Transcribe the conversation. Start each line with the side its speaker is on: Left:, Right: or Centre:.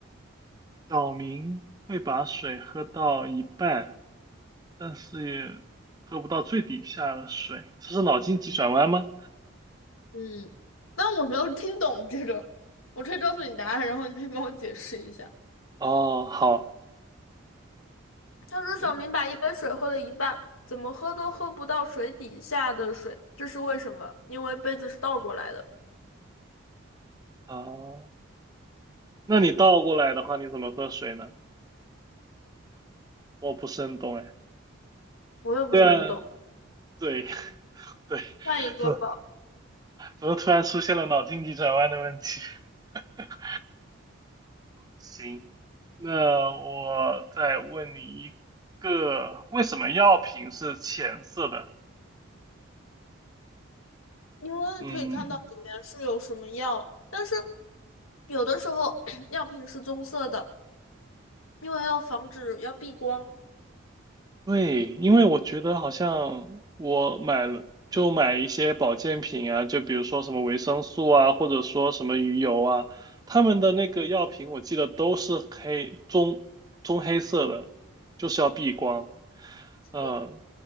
Right: 小明会把水喝到一半，但是也喝不到最底下的水，这是脑筋急转弯吗？
Left: 嗯，但我没有听懂这个，我可以告诉你答案，然后你可以帮我解释一下。
Right: 哦，好，
Left: 他说小明把一杯水喝了一半，
Right: 嗯
Left: 怎么喝都喝不到水底下的水，这是为什么？因为杯子是倒过来的。
Right: 哦，那你倒过来的话，你怎么喝水呢？我不是很懂哎。
Left: 我也不是很懂，
Right: 对啊，对 <laughs> 对，
Left: 换一个吧。
Right: 怎么怎么突然出现了脑筋急转弯的问题？<laughs> 行，那我再问你一个，为什么药品是浅色的？
Left: 因为可以看到里面是有什么药，
Right: 嗯。
Left: 但是有的时候 <clears throat> 药瓶是棕色的，因为要防止要避光。
Right: 对，因为我觉得好像我买了就买一些保健品啊，就比如说什么维生素啊，或者说什么鱼油啊，他们的那个药品我记得都是黑棕棕黑色的，就是要避光。
Left: 嗯是的，
Right: 嗯，